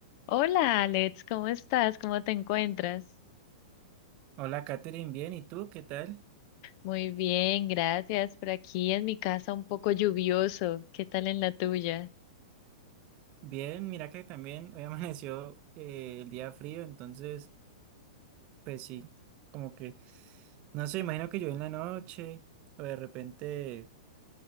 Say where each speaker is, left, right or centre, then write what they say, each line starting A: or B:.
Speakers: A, on the left; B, on the right.
A: Hola Alex, ¿cómo estás? ¿Cómo te encuentras?
B: Hola, Katherine, bien, ¿y tú qué tal?
A: Muy bien, gracias. Por aquí en mi casa un poco lluvioso. ¿Qué tal en la tuya?
B: Bien, mira que también hoy <laughs> amaneció eh, el día frío, entonces, pues sí, como que, no sé, imagino que yo en la noche, o de repente